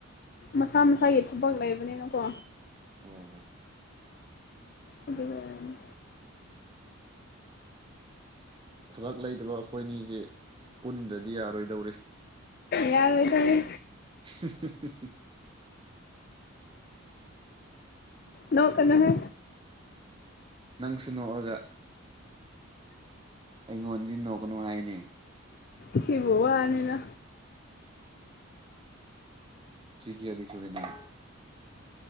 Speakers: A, on the left; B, on the right.
A: ꯃꯁꯥ ꯃꯁꯥꯒꯤ ꯊꯕꯛ ꯂꯩꯕꯅꯤꯅꯀꯣ
B: ꯑꯣ ꯍꯣꯏ
A: ꯑꯗꯨꯒꯤ ꯑꯣꯏꯔꯝꯅꯤ
B: ꯊꯕꯛ ꯂꯩꯇꯕ ꯑꯩꯈꯣꯏꯅꯤꯁꯤ ꯄꯨꯟꯗ꯭ꯔꯗꯤ ꯌꯥꯔꯣꯏꯗꯧꯔꯤ
A: ꯌꯥꯔꯣꯢ ꯇꯧꯔꯤ
B: <inaudible>
A: ꯅꯣꯛꯀꯥꯅꯨꯍꯦ
B: ꯅꯪꯁꯨ ꯅꯣꯛꯑꯔꯒ ꯑꯩꯉꯣꯟꯗꯤ ꯅꯣꯛꯀꯥꯅꯨ ꯍꯥꯏꯅꯦ
A: ꯁꯤꯕꯨ ꯋꯥꯅꯤꯅ
B: ꯆꯍꯤ ꯌꯥꯗꯤ ꯁꯨꯔꯦ ꯅꯪ